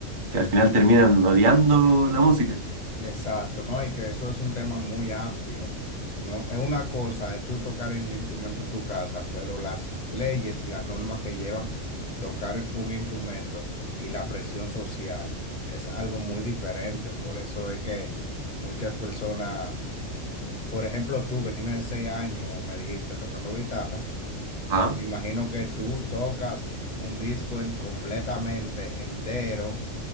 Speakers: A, on the right; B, on the left.
A: que al final terminan odiando la música.
B: Exacto, ¿no? Y que eso es un tema muy amplio. No, es una cosa, es tú tocar el instrumento en tu casa, pero las leyes y las normas que llevan tocar un instrumento y la presión social es algo muy diferente. Por eso es que muchas personas, por ejemplo, tú que tienes seis años, me dijiste tocando guitarra,
A: Ajá.
B: me imagino que tú tocas un disco en- completamente entero